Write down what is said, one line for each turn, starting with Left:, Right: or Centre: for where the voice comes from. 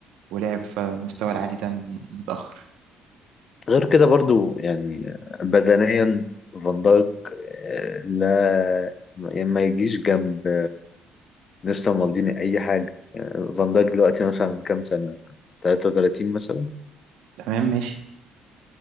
Right: ولعب في المستوى العالي ده من متأخر
Left: غير كده برضو يعني بدنيا فان دايك آه، لا يعني ما يجيش جنب نيستا مالديني اي حاجه يعني فان دايك دلوقتي مثلا كام سنه 33 مثلا
Right: تمام ماشي